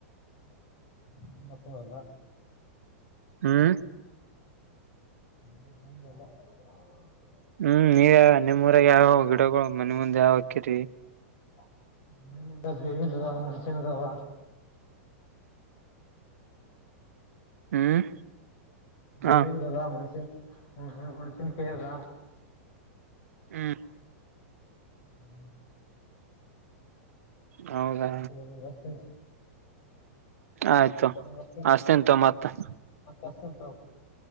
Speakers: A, on the left; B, on the right.
A: <unintelligible>
B: ಹ್ಮ್.
A: <inaudible>
B: ಹ್ಮ್ ನೀ ನಿಮ್ಮ ಊರಗ ಯಾವ ಗಿಡಗಳು ಮನೀ ಮುಂದ ಯಾವ್ ಹಾಕಿರಿ.
A: <unintelligible>
B: ಹ್ಮ್.
A: <unintelligible>
B: ಹ ಹ್ಮ್
A: ಹ್ಮಞ
B: ಹೌದಾ
A: <unintelligible> <unintelligible>
B: ಆಯ್ತು
A: ಮತ
B: ಅಷ್ಟೇಂತ ಮತ್ತ
A: ಹಸ್ತನ ತಗೋ